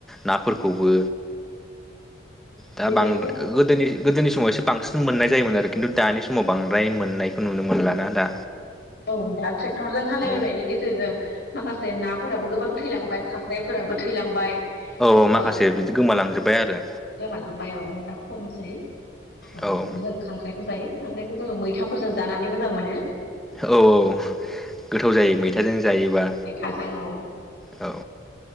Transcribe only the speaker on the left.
खांख्राइखौ गोदोहायथ'
औ दा ट्रेक्टरजों हालेवनायनि
गेजेरजों माखासे नाफोराबो गोबां थैलांबाय खांख्राइफोराबो थैलांबाय
ओ
गोमालांबाय औ दा खमसै ओ
जों खांख्राय जायो खांख्राइखौ जोङो मैथाफोरजों जानानै मोजां मोनो
मैथाजों औ